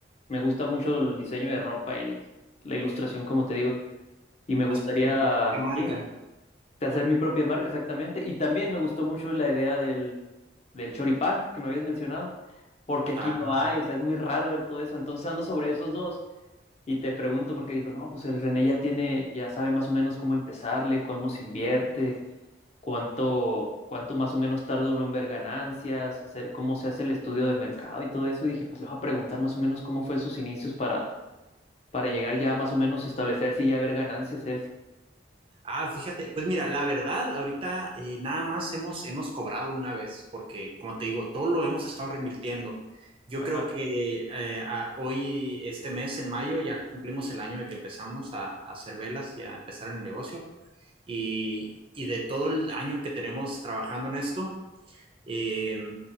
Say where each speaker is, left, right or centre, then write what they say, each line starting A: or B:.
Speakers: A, on the left; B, on the right.
A: me gusta mucho el diseño de ropa y la ilustración, como te digo, y me gustaría,
B: haz como tu propia marca.
A: sí, de hacer mi propia marca exactamente, y también me gustó mucho la idea del, del choripán que me habías mencionado, porque aquí
B: Ah,
A: no hay,
B: ok.
A: o sea, es muy raro ver todo eso, entonces ando sobre esos dos. Y te pregunto porque dijo, no, pues el René ya tiene, ya sabe más o menos cómo empezarle, cómo se invierte, cuánto, cuánto más o menos tarda uno en ver ganancias, hacer cómo se hace el estudio de mercado y todo eso. Y dije, pues le voy a preguntar más o menos cómo fue sus inicios para, para llegar ya más o menos a establecer si ya ver ganancias él.
B: Ah, fíjate, pues mira, la verdad, ahorita eh, nada más hemos, hemos cobrado una vez, porque como te digo, todo lo hemos estado reinvirtiendo. Yo
A: Ajá.
B: creo que eh, a- hoy, este mes, en mayo, ya cumplimos el año de que empezamos a, a hacer velas y a empezar en el negocio. y, y de todo el año que tenemos trabajando en esto, eh,